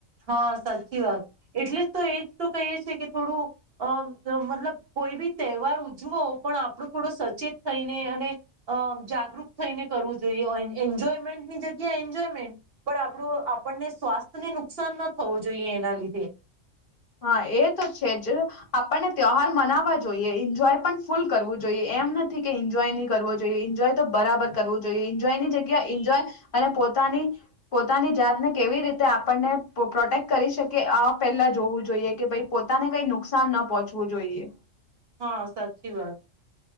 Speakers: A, on the right; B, on the left.
A: હા, સાચી વાત એટલે જ તો એક તો કહીએ છીએ કે થોડું અ મતલબ કોઈ બી તહેવાર ઉજવો પણ આપણું થોડો સચેત થઈને અને અ જાગૃત થઈને કરવું જોઈએ એન્જોયમેન્ટની જગ્યા એન્જોયમેન્ટ પણ આપણું આપણને સ્વાસ્થ્યને નુકસાન નુકસાન ન થવું જોઈએ એના લીધે.
B: હા એ તો છે જ, આપણને ત્યહાર મનાવવા જોઈએ એન્જોય પણ ફૂલ કરવું જોઈએ એમ નથી કે એન્જોય નહી કરવો જોઈએ. જોઈએ એન્જોય બરાબર કરવું જોઈએ. એન્જયની જગ્યા એન્જોય, અને પોતાની પોતાની જાતને કેવી રીતે આપણને પ્રોટેક્ટ કરી શકીએ આ પહેલા જોવું જોઈએ. જોઈએ કે ભાઈ પોતાને કઈ નુકસાન ન પહોંચવું જોઈએ.
A: હા સાચી વાત.